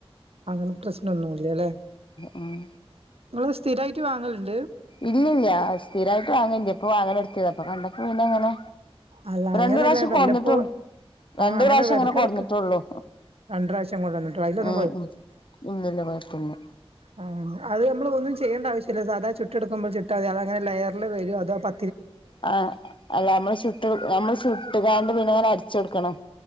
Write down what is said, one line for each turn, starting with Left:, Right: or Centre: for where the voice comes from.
Right: അങ്ങനെ പ്രശ്നംന്നുമല്ല്യല്ലേ
Left: ഉം
Right: നിങ്ങള് സ്ഥിരായിട്ട് വാങ്ങലുണ്ട്
Left: ഇല്ലില്ല്യ. സ്ഥിരായിട്ട് വാങ്ങില്ല ഇപ്പൊ വാങ്ങല് ർത്തിയത പ്പൊ കണ്ടപ്പോ ന്നെ അങ്ങനെ
Right: അല്ല അങ്ങനെയല്ല
Left: രണ്ടു പ്രാവശ്യം
Right: വല്ലപ്പോ
Left: കൊറന്നിട്ടുള്ളു രണ്ടു
Right: ആഹ്
Left: പ്രാവശ്യം അങ്ങനെ
Right: ഇടക്കിടക്ക്
Left: കൊറന്നിട്ടുള്ളൂ
Right: രണ്ട് പ്രാവശ്യം കൊണ്ടുവന്നിട്ടോ അതിലൊന്നും
Left: ഉ ഉ ഇല്ലില്ല കൊഴത്തില്ല
Right: ആ് അത് നമ്മൾ ഒന്നും ചെയ്യേണ്ട ആവശ്യില്ലല്ല സാധാ ചുട്ട എടുക്കുമ്പോൾ ചിാ മതി അത അങ്ങനെ ലെയറൽ വരും അതോ പ
Left: ആ അല്ല നമ്മള് ചുട്ട നമ്മള് ചുട്ട കണ്ട് പിന്നെ അങ്ങനെ അരച്ച കൊടുക്കണം